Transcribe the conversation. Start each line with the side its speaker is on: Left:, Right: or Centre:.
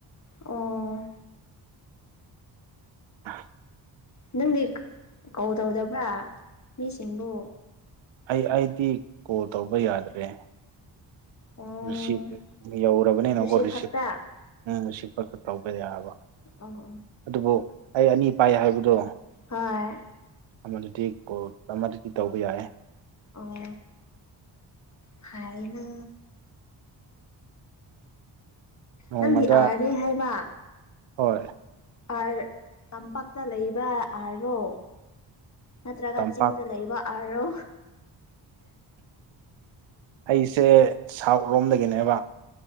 Left: ꯑꯣ
Right: <unintelligible>
Left: ꯅꯪꯗꯤ ꯀꯣꯜ ꯇꯧꯗꯕ꯭ꯔꯥ ꯃꯤꯁꯤꯡꯕꯨ?
Right: ꯑꯩ ꯑꯩꯗꯤ ꯀꯣꯜ ꯇꯧꯕ ꯌꯥꯗ꯭ꯔꯦ꯫
Left: ꯑꯣ
Right: ꯔꯤꯁꯤꯞ ꯌꯧꯔꯕꯅꯤꯅꯀꯣ
Left: ꯔꯤꯁꯤꯞ
Right: ꯔꯤꯁꯤꯞꯇ
Left: ꯈꯛꯇ
Right: ꯎꯝ ꯔꯤꯁꯤꯕ ꯈꯛꯇ ꯇꯧꯕ ꯌꯥꯕ
Left: ꯑ ꯑ
Right: ꯑꯗꯨꯕꯨ ꯑꯩ ꯑꯅꯤ ꯄꯥꯏ ꯍꯥꯏꯕꯗꯣ
Left: ꯍꯣꯏ
Right: ꯑꯃꯗꯨꯗꯤ ꯀꯣꯜ ꯑꯃꯗꯨꯗꯤ ꯇꯧꯕ ꯌꯥꯏꯌꯦ꯫
Left: ꯑꯣ ꯐꯔꯦꯅꯦ
Right: ꯅꯣꯡꯃꯗ
Left: ꯅꯪꯗꯤ ꯑꯥꯔꯅꯦ ꯍꯥꯏꯕ
Right: ꯍꯣꯏ
Left: ꯑꯥꯔ ꯇꯝꯄꯥꯛꯇ ꯂꯩꯕ ꯑꯥꯔ ꯗꯣ ꯅꯠꯇ꯭ꯔꯒ
Right: ꯇꯝꯄꯥꯛ
Left: ꯆꯤꯡꯗ ꯂꯩꯕ ꯑꯥꯔ ꯔꯣ
Right: ꯑꯩꯁꯦ ꯁꯥꯎꯠ ꯔꯣꯝꯗꯒꯤꯅꯦꯕ